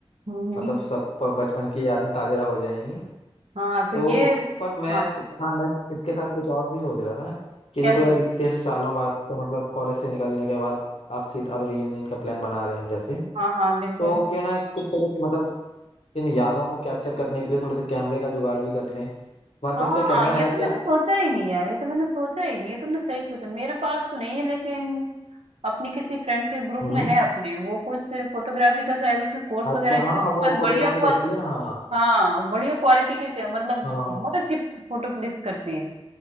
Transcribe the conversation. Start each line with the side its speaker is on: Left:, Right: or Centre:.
Right: हम्म हम्म।
Left: मतलब सब प- बचपन की यादें ताजा हो जाएंगी
Right: हाँ तो
Left: तो
Right: ये
Left: पर मैं
Right: हाँ
Left: हाँ मैं इसके साथ कुछ और भी सोच रहा था कि
Right: क्या
Left: देखो
Right: सोच
Left: यार इतने सालों बाद तो मतलब कॉलेज से निकलने के बाद आप सीधा अब रीयूनियन का प्लान बना रहे हैं हम जैसे
Right: हाँ हाँ बिल्कुल
Left: तो क्यों ना कुछ थोड़ी सी मतलब इन यादों को कैप्चर करने के लिए थोड़े से कैमरे का जुगाड़ भी कर लें हमारे पास
Right: हाँ
Left: क्या कैमरा
Right: हाँ ये
Left: है
Right: तो
Left: क्या
Right: मैंने सोचा ही नहीं यार ये तो मैंने सोचा ही नहीं ये तुमने सही सोचा मेरे पास तो नहीं है लेकिन अपनी किसी फ्रेंड के ग्रुप
Left: हम्म
Right: में है अपने वो कुछ फोटोग्राफी का शायद उसने कोर्स
Left: अच्छा
Right: वगैरह किया
Left: हाँ
Right: तो उसके
Left: वो
Right: पास
Left: फोटोग्राफी
Right: बढ़िया
Left: करती है ना हाँ
Right: हाँ बढ़िया क्वालिटी के के- मतलब
Left: हाँ
Right: बहुत अच्छी फोटो क्लिक करती है